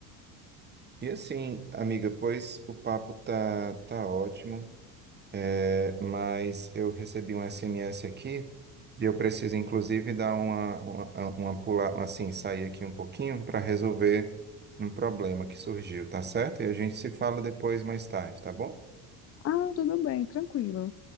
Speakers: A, on the right (about 20°); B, on the left (about 35°).
A: E assim, amiga, pois o papo tá, tá ótimo. É, mas eu recebi um SMS aqui e eu preciso, inclusive, dar uma, uma, uma pular, assim, sair aqui um pouquinho para resolver um problema que surgiu, tá certo? E a gente se fala depois, mais tarde, tá bom?
B: Ah, tudo bem, tranquilo.